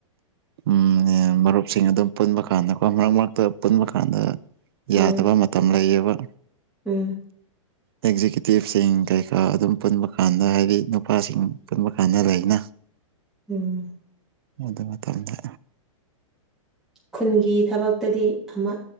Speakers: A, on the right; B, in the centre.
A: ꯎꯝ ꯃꯔꯨꯞꯁꯤꯡ ꯑꯗꯨꯝ ꯄꯨꯟꯕ ꯀꯥꯟꯗ ꯀꯣ ꯃꯔꯛ ꯃꯔꯛꯇ ꯄꯨꯟꯕ ꯀꯥꯟꯗ ꯌꯥꯗꯕ
B: ꯎꯝ
A: ꯃꯇꯝ ꯂꯩꯌꯦꯕ
B: ꯎꯝ
A: ꯑꯦꯛꯖꯤꯀ꯭ꯌꯨꯇꯤꯚꯁꯤꯡ ꯀꯩꯀꯥ ꯑꯗꯨꯝ ꯄꯨꯟꯕ ꯀꯥꯟꯗ ꯍꯥꯏꯗꯤ ꯅꯨꯄꯥꯁꯤꯡ ꯄꯨꯟꯕ ꯀ ꯐꯅꯔꯅ
B: ꯎꯝ
A: ꯃꯗꯃ ꯇꯔꯗ
B: ꯈꯨꯟꯒꯤ ꯊꯕꯛꯇꯗꯤ ꯑꯃ